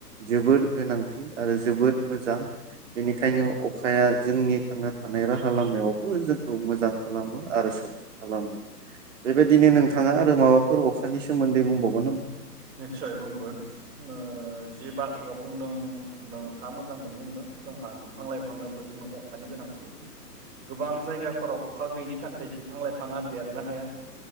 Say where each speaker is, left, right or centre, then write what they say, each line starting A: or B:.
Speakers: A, on the right; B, on the right.
A: जोबोर गोनांथि आरो जोबोर मोजां। बेनिखायनो
B: उम
A: अखाया जोंनि थांना थानाय राहा लामायाव बो जोंखौ मोजां खालामो आरो साबसिन खालामो। बेबायदिनो
B: उम
A: नोंथाङा आरो माबा फोर अखानि सोमोन्दै बुंबावगोन नामा?
B: निस्सय बुंगोन ओ जि बाथ्राखौ बुंदों नोंथाङा मोजांखौनो बुंदों जोंहा बिफां लाइफांनोबो जोंनो अखानि गोनांथि। गोबां जायगाफोराव अखा गैयिनि थाखाय बिफां लाइफाङा देरनो हाया।